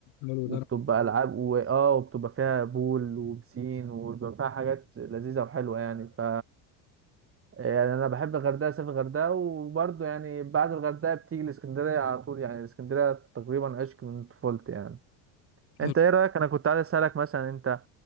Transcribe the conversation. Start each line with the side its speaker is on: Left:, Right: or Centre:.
Left: حلو
Right: وبتبقى
Left: ده
Right: العاب واه وبتبقى فيها بول وبسين وبيبقى فيها حاجات لذيذه وحلوه يعني ف يعني انا بحب الغردقه اسافر الغردقه وبرضه يعني بعد الغردقه بتيجي الاسكندريه على طول يعني الاسكندريه تقريبا عشق من طفولتي يعني
Left: حلو.
Right: انت ايه رايك انا كنت عايز اسالك مثلا انت